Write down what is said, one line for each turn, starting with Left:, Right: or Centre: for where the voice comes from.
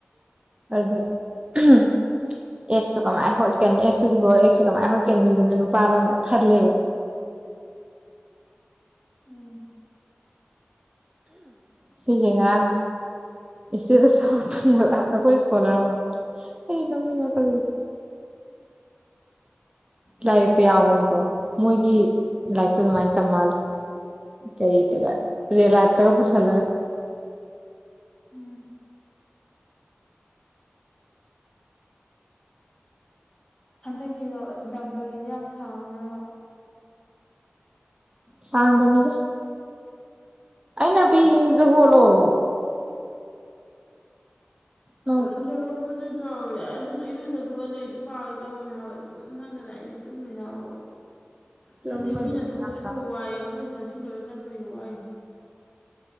Right: ꯑꯗ ꯎꯝ ꯑꯦꯛꯁ ꯀꯃꯥꯏꯅ ꯍꯣꯠꯀꯅꯤ ꯑꯦꯛꯁꯇꯨꯗꯤ ꯕꯣꯔ ꯑꯦꯛꯁꯦ ꯀꯃꯥꯏꯅ ꯍꯣꯠꯀꯅꯤꯗꯅ ꯅꯨꯄꯥꯅꯣꯅ ꯈꯜꯂꯦꯕ
Left: ꯎꯝ
Right: ꯁꯤꯖꯤꯦ ꯉꯥꯡ ꯏꯁꯦꯗꯕ ꯑꯩꯈꯣꯏ ꯏꯁꯀꯣꯂꯔ ꯑꯃ ꯑꯩ ꯂꯧꯅꯤꯡꯉ ꯀ ꯂꯥꯏꯔꯤꯛꯇ ꯌꯥꯎꯒꯅꯤꯀꯣ ꯃꯣꯏꯒꯤ ꯂꯥꯏꯔꯤꯛꯇꯣ ꯑꯗꯨꯃꯥꯏꯅ ꯇꯝ ꯃꯥꯜꯂꯦ ꯀꯩ ꯇꯒꯥꯏ ꯔꯦꯜ ꯂꯥꯏꯐꯇꯒ ꯄꯨꯁꯂ
Left: ꯎꯝ ꯍꯟꯗꯛꯀꯤꯗꯣ ꯗꯝꯕꯔꯒꯤꯗꯤ ꯌꯥꯝ ꯁꯥꯡꯈ꯭ꯔꯕ
Right: ꯁꯥꯡꯗ ꯃꯤꯗ ꯑꯩꯅꯄꯤꯁꯤꯡꯗꯨꯗ ꯍꯣꯜꯂꯣꯑꯣ ꯅꯪ
Left: ꯪꯔꯣꯇꯨꯗꯤ ꯇꯧꯔꯦ ꯑꯗꯨꯗꯤ ꯏꯔꯨꯗ ꯊ ꯍꯜꯂꯦ ꯑꯩꯗꯣ ꯄꯥꯒꯦ ꯇꯧꯕꯅꯦ ꯍꯥꯏꯕꯗꯨꯣ ꯃꯅꯅ ꯇꯨꯝꯃꯤꯅꯥ ꯍ
Right: ꯀꯩꯗꯧꯔꯒꯦ
Left: ꯅꯠꯇꯦ ꯃꯤꯅ ꯊꯕꯛ
Right: ꯌꯥꯝ
Left: ꯁꯨꯔ ꯋꯥꯏ ꯑꯩꯈꯣꯏꯅ ꯆꯠꯁꯤꯜꯂꯨꯔ ꯆꯠꯄꯅꯤ ꯋꯥꯏ